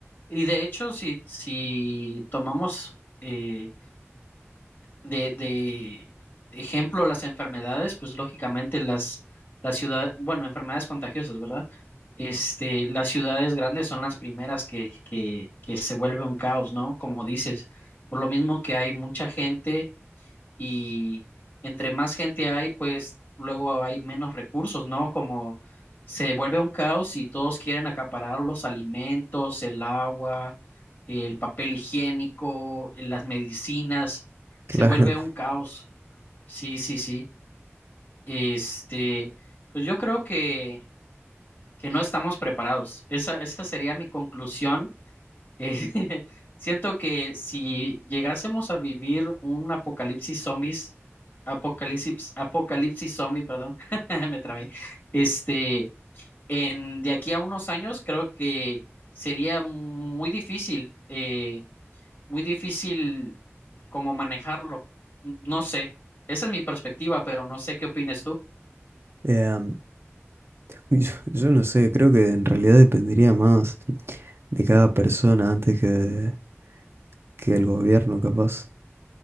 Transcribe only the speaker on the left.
Y de hecho, si, si tomamos eh, de, de ejemplo las enfermedades, pues lógicamente las, las ciudades, bueno, enfermedades contagiosas, ¿verdad? Este, las ciudades grandes son las primeras que, que, que se vuelve un caos, ¿no? Como dices, por lo mismo que hay mucha gente y entre más gente hay, pues luego hay menos recursos, ¿no? Como se vuelve un caos y todos quieren acaparar los alimentos, el agua, el papel higiénico, las medicinas, se
vuelve un caos. Sí, sí, sí. Este, pues yo creo que, que no estamos preparados. Esa, esa sería mi conclusión eh, <laughs> siento que si llegásemos a vivir un apocalipsis zombies, apocalipsis, apocalipsis zombie, perdón, <laughs> me trabé, este, en de aquí a unos años creo que sería muy difícil, eh, muy difícil como manejarlo. N- No sé, esa es mi perspectiva, pero no sé qué opines tú.